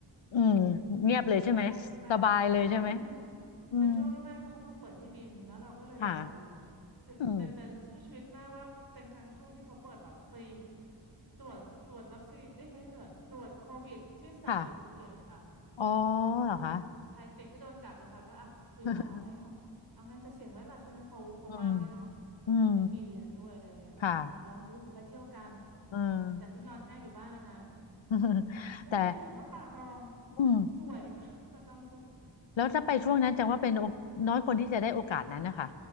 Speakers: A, on the left (about 80°); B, on the right (about 55°).
A: อืมเงียบเลยใช่ไหมสบายเลยใช่ไหม
B: เป็นช่วงแรกๆเลยใช่ค่ะมัน
A: อืม
B: เป็นช่วงแรกๆที่เขาเพิ่งเปิดให้บินแล้วเราก็เลยลองดูค่ะซึ่งเป็นเป็นสู้ชีวิตมากว่าเป็นครั้งช่วงที่เขาเปิดแบบฟรี
A: ค่ะ อืม
B: ตรวจตรวจวัคซีนเอ้ยไม่ใช่ตรวจตรวจโควิดที่สนามบินภูเก็ตเลยค่ะ
A: ค่ะอ๋อเหรอคะ
B: ใครติดก็โดนกักเลยค่ะก็อ่ะคุยกันหลายเอาไงเอาเอาไงจะเสี่ยงไหมล่ะช่วงนั้นเขาเขาว่างด้วยเนาะ
A: <laughs> อืมอืม
B: ไม่มีเรียนด้วยอะไรอย่างเงี้ยก็อ่ะลองดูไปเที่ยวกัน
A: ค่ะเออ
B: หลังจากที่นอนแห้งอยู่บ้านมานาน
A: <laughs>
B: แล้วถึงได้เห็นว่าป่าตอง
A: แต่อืม
B: สวย <laughs> ป่าตองสวย
A: แล้วถ้าไปช่วงนั้นจังว่าเป็นโอน้อยคนที่จะได้โอกาสนั้นนะคะ